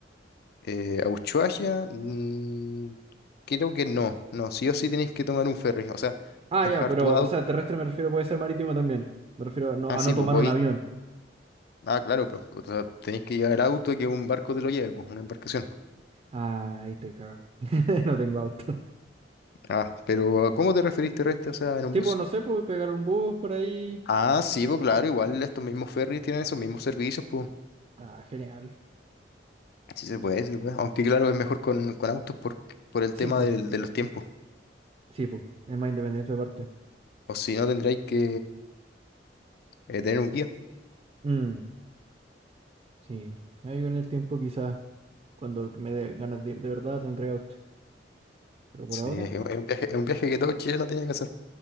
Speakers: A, on the left; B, on the right.
A: eh, a Ushuaia, mm, creo que no, no, sí o sí tenéis que tomar un ferry, o sea,
B: Ah,
A: dejar
B: ya, pero,
A: tu auto.
B: o sea, terrestre me refiero, puede ser marítimo también. Me refiero a no,
A: Ah,
B: a
A: sí,
B: no tomar
A: pues podéis.
B: un avión.
A: Ah, claro, pero o sea, tenéis que llevar el auto y que un barco te lo lleve, pues una embarcación.
B: Ah, ahí estoy cagado. <laughs> No tengo auto.
A: Ah, pero ¿a ¿cómo te referís terrestre? O sea, en un
B: Tipo,
A: bus.
B: no sé, pues pegar un bus por ahí.
A: Ah, sí, pues claro, igual estos mismos ferries tienen esos mismos servicios, pues
B: Ah, genial.
A: sí se puede, sí se puede. Aunque claro, es mejor con, con autos por, por el
B: Sí,
A: tema
B: pues.
A: del- de los tiempos.
B: Sí, pues. Es más independiente aparte. parte.
A: O si no, tendréis que eh, tener un guía.
B: Mm, sí. Ahí con el tiempo quizás, cuando me dé ganas de ir de verdad, tendré auto. Pero por
A: Sí,
B: ahora,
A: es un, es un viaje, es un viaje que todo chileno tiene que hacer.